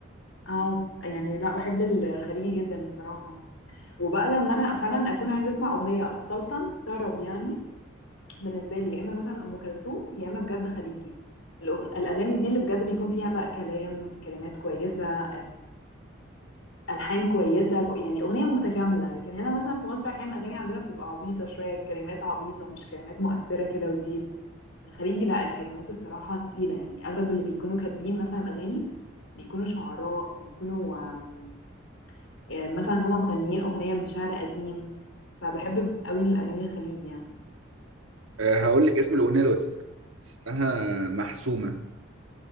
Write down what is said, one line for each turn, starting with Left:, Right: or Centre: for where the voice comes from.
Left: اه س- يعني لا بحب الخليجي جدا الصراحه وبقى لما انا فعلا اكون عايزه اسمع اغنيه اتسلطن طرب يعني بالنسبه لي يا اما مثلا ام كلثوم يا اما بجد خليجي الأغ- الاغاني دي اللي بجد بيكون فيها بقى كلام كلمات كويسه ألحان كويسة ك يعني أغنية متكاملة، لكن هنا مثلًا في مصر أحيانًا الأغاني عندنا بتبقى عبيطة شوية، الكلمات عبيطة مش كلمات مؤثرة كده وdeep. الخليجي لأ، الكلمات الصراحة تقيلة، يعني أغلب اللي بيكونوا كاتبين مثلًا الأغاني بيكونوا شعراء، بيكونوا آمم، آآ، مثلًا هم مغنيين أغنية من شعر قديم، فباحب أوي الأغاني الخليجي يعني.
Right: أه هقول لك اسم الأغنية اللي قلت لك اسمها محسومة